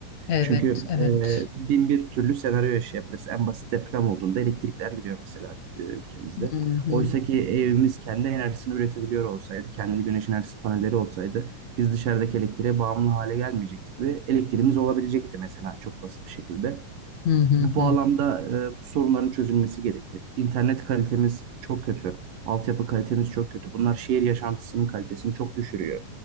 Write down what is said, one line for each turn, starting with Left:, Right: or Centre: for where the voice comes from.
Left: Evet,
Right: Çünkü
Left: evet.
Right: e, bin bir türlü senaryo yaşayabiliriz. En basit deprem olduğunda elektrikler gidiyor mesela e, ülkemizde.
Left: Hı hı,
Right: Oysa ki evimiz kendi enerjisini üretebiliyor olsaydı, kendi güneş enerjisi panelleri olsaydı biz dışarıdaki elektriğe bağımlı hale gelmeyecektik ve elektriğimiz olabilecekti mesela çok basit bir şekilde.
Left: hı hı,
Right: Bu bağlamda
Left: hı
Right: e, bu sorunların çözülmesi gerekir. İnternet kalitemiz çok kötü. Altyapı kalitemiz çok kötü. Bunlar şehir yaşantısının kalitesini çok düşürüyor.